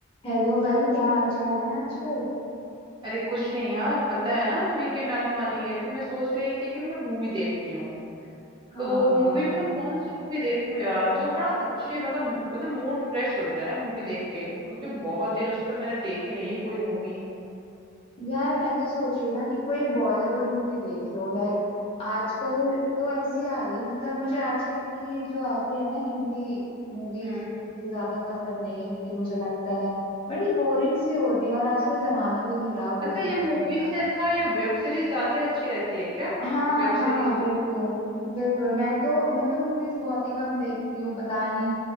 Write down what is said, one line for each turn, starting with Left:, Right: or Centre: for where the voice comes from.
Left: Hello भाई क्या हाल चाल है आजकल
Right: अरे कुछ नहीं यार पता है ना वीकेंड आने वाली है तो मैं सोच रही थी कि मैं मूवी देखती हूँ
Left: हाँ
Right: तो मूवी में मैं कौन सी मूवी देखूँ यार जो बड़ा अच्छे मतलब मतलब मूड फ्रेश हो जाए मूवी देख के क्योंकि बहुत दिनों से तो मैंने देखी नहीं है कोई मूवी
Left: यार मैं तो सोच रही हूँ ना कि कोई बॉलीवुड मूवी देख लो लाइक आजकल तो ऐसी आ रही है मतलब मुझे आजकल की जो आती है ना हिंदी मूवीज
Right: हम्म
Left: वो मुझे इतनी ज्यादा पसंद नहीं है क्योंकि मुझे लगता है बड़ी बोरिंग सी होती है और आजकल जमाना भी नहीं रहा मूवी
Right: अच्छा ये
Left: देखने
Right: मूवी
Left: का
Right: से अच्छा ये वेब सीरीज ज्यादा अच्छी रहती है क्या
Left: हाँ
Right: वेब
Left: हाँ
Right: सीरीज
Left: बिल्कुल
Right: वगैरह
Left: बिल्कुल मैं तो मैं तो मूवीज बहुत ही कम देखती हूँ पता नहीं